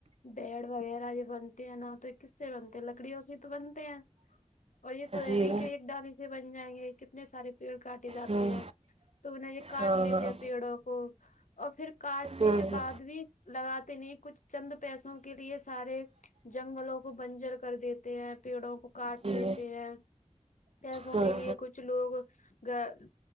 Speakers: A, on the left; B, on the right.
A: بیڈ وغیرہ جو بنتے ہیں نا تو کس سے بنتے ہیں لکڑیوں سے ہی تو بنتے ہیں اور یہ تو
B: جی
A: ہے نہیں کہ ایک ڈالی سے بن جائیں گے کتنے سارے پیڑ کاٹے جاتے
B: ہوں
A: ہیں تو نہ یہ کاٹ
B: ہاں
A: لیتے
B: ہاں
A: ہیں پیڑوں ہو اور پھر کاٹنے
B: ہوں
A: کے
B: ہ
A: بعد بھی لگاتے نہیں کچھ چند پیسوں کے لیے سارے جنگلوں کو بنجر کر دیتے ہیں پیڑوں کو کاٹ
B: جی
A: لیتے ہیں پیسوں
B: ہوں ہوں
A: کے لیے کچھ کچھ لوگ گ